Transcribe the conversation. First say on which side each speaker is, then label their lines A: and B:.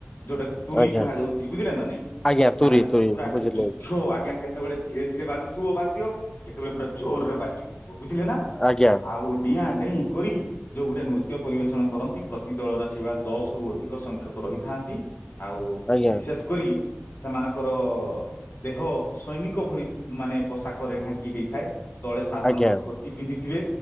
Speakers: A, on the left (about 70°); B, on the left (about 15°).
A: ଯୋଉଟା କି ତୁୁରୀ
B: ଆଜ୍ଞା
A: କୁହାଯାଉଚି ବୁଝିଲେ ନା ନାଇଁ
B: ଆଜ୍ଞା ତୁରି
A: ମାନେ
B: ତୁରି
A: ପୁରା ଏଠି
B: ବୁଝିଲି
A: ଯୁଦ୍ଧ ଆଜ୍ଞା କେ କେତେବେଳେ ଧୀରେ ଧୀରେ ବାଜୁଥିବ ବାଦ୍ୟ କେତେବେଳେ ପୁରା ଜୋରରେ ବାଜିଉଠିବ ବୁଝିଲେ ନା
B: ଆଜ୍ଞା
A: ଆଉ ଡିଆଁଡେଇଁ କରି ଯୋଉ ଗୋଟେ ନୃତ୍ୟ ପରିବେଷଣ କରନ୍ତି ପ୍ରତି ଦଳରେ ସେଇଭଳିଆ ଦଶ ରୁ ଅଧିକ ସଂଖ୍ୟକ ରହିଥାନ୍ତି ଆଉ
B: ଆଜ୍ଞା
A: ବିଶେଷକରି ସେମାନଙ୍କର ଦେହ ସୈନିକଭଳି ମାନେ ପୋଷାକରେ ଢାଙ୍କି ହେଇଥାଏ। ତଳେ ସାଧାରଣତଃ
B: ଆଜ୍ଞା
A: ଧୋତି ପିନ୍ଧିଥିବେ